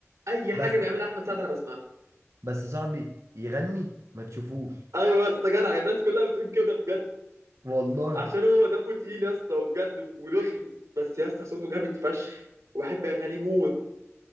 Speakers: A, on the right (about 85°); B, on the right (about 70°).
A: اي حاجه
B: بس
A: بيعملها احمد سعد انا بسمعها
B: بس صاحبي يغني ما تشوفوش
A: ايوه يا اسطى جدع الناس كلها بتقول كده بجد
B: والله
A: عشان هو دمه تقيل يا اسطى وبجد ورخم بس يا اسطى صوته جامد فشخ وبحب اغانيه موت